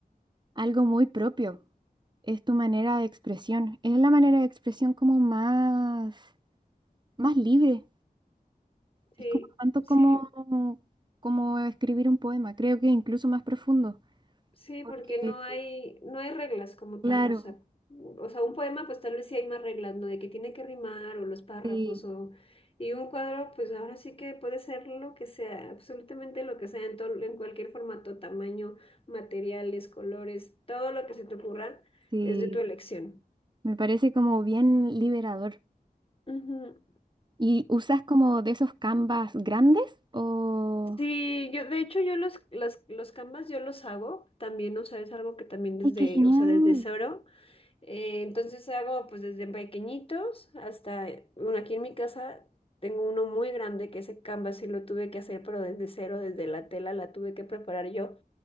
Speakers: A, on the right; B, on the left.
A: algo muy propio. Es tu manera de expresión. Es la manera de expresión como más, más libre.
B: Sí,
A: Es como tanto
B: sí,
A: como, como escribir un poema. Creo que incluso más profundo.
B: Sí,
A: Porque,
B: porque no hay, no hay reglas como
A: claro,
B: tal, o sea, o sea, un poema pues tal vez sí hay más reglas, ¿no? De que tiene que rimar o los párrafos
A: sí,
B: o... Y un cuadro pues ahora sí que puede ser lo que sea, absolutamente lo que sea, en todo, en cualquier formato, tamaño, materiales, colores, todo lo que se te ocurra
A: sí.
B: es de tu elección.
A: Me parece como bien liberador.
B: Ujú.
A: ¿Y usas como de esos canvas grandes? O...
B: Sí, yo de hecho yo los, los, los canvas yo los hago también, o sea, es algo que también desde,
A: ¡Ay, qué genial!
B: o sea, desde cero. Eh, entonces hago pues desde pequeñitos hasta, bueno, aquí en mi casa tengo uno muy grande que ese canvas sí lo tuve que hacer, pero desde cero, desde la tela la tuve que preparar yo,